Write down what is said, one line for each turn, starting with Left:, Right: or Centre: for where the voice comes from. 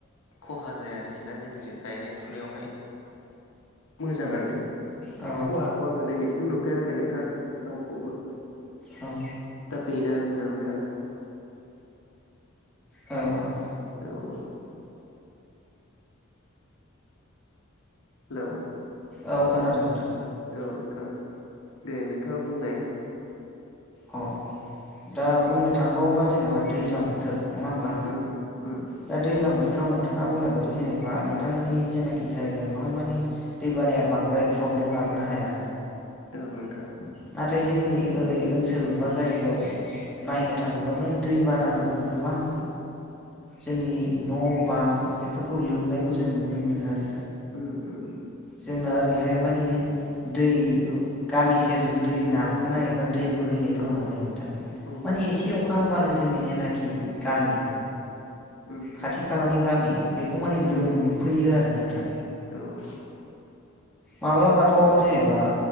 Left: खहा जाया आरोखि ना जोंनिजों गायनाय-फुनायावहाय। मोजाङानो
Centre: औ
Left: खहाखौ आङो दिनैसिम नुफेराखै नोंथां रावखौबो
Centre: औ
Left: दा बेनो नोंथां।
Centre: औ औ
Left: औ औ हेलौ
Centre: औ, खोनादों नोंथां।
Left: औ नोंथां, दे नोंथाङा बुंनाय
Centre: अ दा बुंनो थांबावोबा जेनेबा दैज्लां बोथोर नङा होमबा?
Left: उम उम
Centre: दा दैज्लां बोथोर हालाव नोंथाङा बुंनाय बायदि जेनबा नोंथांमोननि जेनाखि जायगा बेवहाय मानि दैबानाया बांद्राय प्र ब्लेम लाबोनो हाया
Left: औ नोंथां
Centre: नाथाय जोंनि ओरै ओनसोल बा जायगायाव नायनो थाङोब्ला माने दैबानाजोंबो गोबां जोंनि न' बां बेफोरखौ लोमनायखौ जों नुनो मोनो आरो
Left: उम उम उम
Centre: जोंना ओरैहाय मानि दै
Left: औ
Centre: गामि सेरजों दै नारखोनायबा दै बोहैनाय दङ
Left: औ
Centre: नालाय नोंथां
Left: औ
Centre: माने एसे अखा हाबानो जोंनि जेनाखि गामि
Left: उम
Centre: खाथि खालानि गामि बे खमानि लोमफैयो
Left: औ
Centre: आरो नोंथां
Left: औ
Centre: माब्लाबाथ' जेनेबा